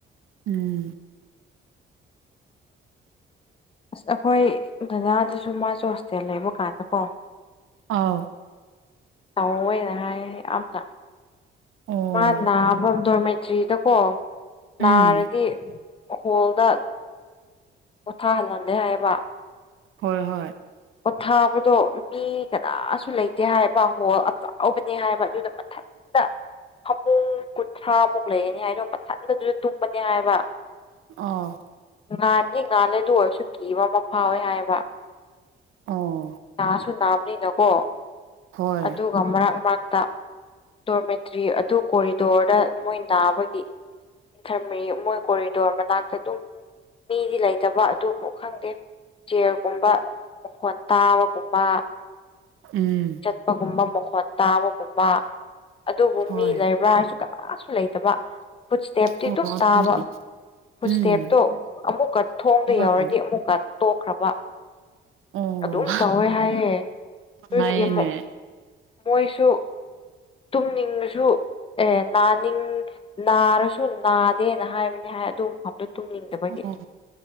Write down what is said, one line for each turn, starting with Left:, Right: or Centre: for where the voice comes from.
Right: ꯎꯝ
Left: ꯑꯁ ꯑꯩꯈꯣꯏ ꯖꯥꯗꯁꯨ ꯃꯥꯁꯨ ꯍꯣꯁꯇꯦꯜ ꯂꯩꯕ ꯀꯥꯟꯗ ꯀꯣ
Right: ꯑꯥꯎ
Left: ꯇꯧꯑꯣꯦꯅ ꯍꯥꯏ ꯌꯥꯝꯅ
Right: ꯑꯣ
Left: ꯃꯥ ꯅꯥꯕ ꯗꯣꯔꯃꯦꯇ꯭ꯔꯤꯗꯀꯣ ꯅꯥꯔꯗꯤ
Right: ꯎꯝ
Left: ꯍꯣꯜꯗ ꯄꯣꯊꯥꯍꯜꯂꯝꯂꯦ ꯍꯥꯏꯌꯦꯕ
Right: ꯍꯣꯏ ꯍꯣꯏ
Left: ꯄꯣꯊꯥꯕꯗꯣ ꯃꯤ ꯀꯅꯥꯁꯨ ꯂꯩꯇꯦ ꯍꯥꯏꯕ ꯍꯣꯜ ꯑꯇꯥꯎꯕꯅꯦ ꯍꯥꯏꯕ ꯑꯗꯨꯗ ꯃꯊꯠ <unintelligible> ꯐꯃꯨꯡ ꯀꯨꯟꯊ꯭ꯔꯥꯃꯨꯛ ꯂꯩꯔꯅꯤ ꯍꯥꯏꯗꯣ ꯃꯊꯟꯟꯅ ꯑꯗꯨꯗ ꯇꯨꯝꯕꯅꯦ ꯍꯥꯏꯕ
Right: ꯑ
Left: ꯉꯥꯅꯤ ꯉꯥꯂꯗ ꯑꯣꯏꯔꯁꯨ ꯀꯤꯕ ꯑꯃ ꯐꯥꯎꯋꯦ ꯍꯥꯏꯕ
Right: ꯑꯣ
Left: ꯥꯁꯨ ꯅꯥꯕꯅꯤꯅꯀꯣ ꯑꯗꯨ
Right: ꯍꯣꯏ
Left: ꯑꯗꯨꯒ ꯃꯔꯛ ꯃꯔꯛꯇ ꯇꯣꯔꯃꯦꯇꯔꯤ ꯑꯗꯨ ꯀꯣꯔꯤꯗꯣꯔꯗ ꯃꯣꯏ ꯅꯥꯕꯒꯤ ꯊꯔꯃꯔꯤ ꯃꯣꯏ ꯀꯣꯔꯤꯗꯣꯔ ꯃꯅꯥꯛꯇ ꯑꯗꯨꯝ ꯃꯤꯗꯤ ꯂꯩꯇꯕ ꯑꯗꯨꯕꯨ ꯈꯪꯗꯦ ꯆꯤꯌꯔꯒꯨꯝꯕ ꯃꯈꯣꯟꯜ ꯇꯥꯕꯒꯨꯝꯕ
Right: ꯎꯝ
Left: ꯆꯠꯄꯒꯨꯝꯕ ꯃꯈꯣꯟꯠ ꯇꯥꯕꯒꯨꯝꯕ ꯑꯗꯨꯕꯨ
Right: ꯍꯣꯏ
Left: ꯃꯤ ꯂꯩꯕ꯭ꯔꯥ ꯍꯥꯏꯁꯨ ꯀꯩꯅꯣ ꯑꯥꯁꯨ ꯂꯩꯇꯕ ꯐꯨꯠꯁꯇꯦꯞꯇꯤ
Right: ꯑꯣ
Left: ꯑꯗꯨꯝ
Right: ꯑꯗꯨꯅꯦ
Left: ꯇꯥꯕ ꯐꯨꯠꯁꯇꯦꯞꯇꯣ
Right: ꯎꯝ
Left: ꯑꯃꯨꯛꯀ ꯊꯣꯡꯗ
Right: ꯍꯣꯏ
Left: ꯌꯎꯔꯗꯤ ꯃꯀꯥ ꯇꯣꯛꯈ꯭ꯔꯕ
Right: ꯑꯣ
Left: ꯑꯗꯨꯝ ꯇꯧꯋꯦ ꯍꯥꯏꯌꯦꯦ ꯑꯗꯨ
Right: ꯅꯥꯏꯌꯦꯅꯦ
Left: ꯃꯣꯏꯁꯨ ꯇꯨꯝꯅꯤꯡꯉꯁꯨ ꯑꯦ ꯅꯥꯅꯤꯡ ꯅꯥꯔꯁꯨ ꯅꯥꯗꯦꯅ ꯍꯥꯏꯕꯅꯤ ꯍꯥꯏ ꯑꯗꯨꯝ ꯑꯇ ꯇꯨꯅꯤꯡꯗꯕꯒꯤ
Right: ꯑꯣ